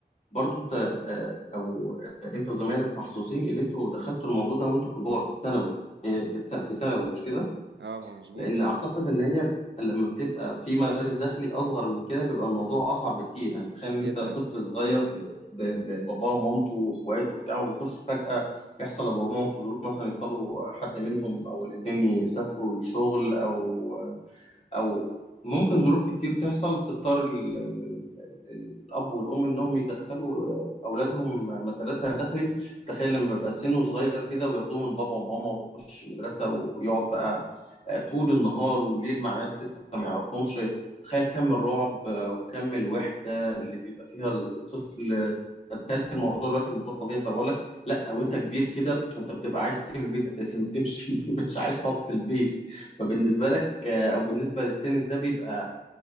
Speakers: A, on the left (about 35°); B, on the right (about 85°).
A: برضو أنت آه، أو آه، أنت وزمايلك محظوظين إن أنتوا دخلتوا الموضوع ده وأنتوا كبار في ثانوي هي كانت في ثانوي مش كده؟
B: اه ما مظبوط
A: لان اعتقد ان هي لما بتبقى في مدارس داخلي اصغر من كده بيبقى الموضوع اصعب بكتير يعني تخيل ان
B: جدا
A: انت طفل صغير ب- ب- بباباه ومامته واخواته وبتاع ويخش فجأة يحصل لباباه ومامته ظروف مثلا يضطروا حد منهم او الاتنين يسافروا للشغل او او ممكن ظروف كتير تحصل تضطر ال- ال- ال- ال- الاب والام انهم يدخلوا اولادهم مدرسه داخلي تخيل لما يبقى سنه صغير كده وياخدوه من بابا وماما ويخش مدرسه ويقعد بقى آه، طول النهار والليل مع ناس لسه ما يعرفهمش تخيل كم الرعب آه، وكم الوحدة اللي بيبقى فيها الطفل تخيلت الموضوع دلوقتي الموضوع فظيع فبقول لك لا وانت كبير كده انت بتبقى عايز تسيب البيت اساسا وتمشي <laughs> مش عايز تقعد في البيت فبالنسبة لك آه، او بالنسبة للسن ده بيبقى